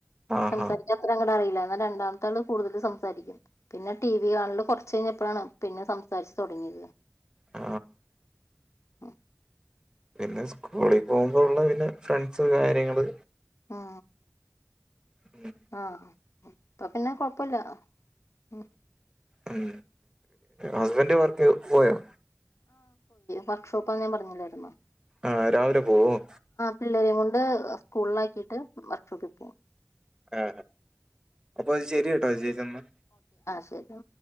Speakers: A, on the right; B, on the left.
A: ആഹാ
B: സംസാരിക്കാൻ അത്ര അങ്ങടറിയ രണ്ടാമത്താള് കൂടുതലു സംസാരിക്കും പിന്നെ ടി വി കാണല് കൊറച്ചു കഴിഞ്ഞപ്പഴാണ് പിന്നെ സംസാരിച്ചു തൊടങ്ങിയത്.
A: ആ
B: ആഹ്
A: പിന്നെ സ്കൂളിൽ പോകുമ്പോ ഉള്ള പിന്നെ ഫ്രണ്ട്സ് കാര്യങ്ങള്
B: ആ
A: ഉം
B: ആഹ് ഇപ്പൊ പിന്നെ കൊഴപ്പില്ല ഉം
A: ഉം ഹസ്ബൻഡ് വർക്ക് പോയോ
B: വർക്ക്ഷോപ്പാ ഞാൻ പറഞ്ഞില്ലാരുന്നോ.
A: ആ, രാവിലെപോവും
B: പിള്ളേരേം കൊണ്ട് സ്കൂളിലാക്കിയിട്ട് വർക്ക്ഷോപ്പിൽ പോകും
A: ആ അപ്പോഅത്ശെരി യിട്ടൊ ശെരിയെന്ന
B: ചേട്ടാ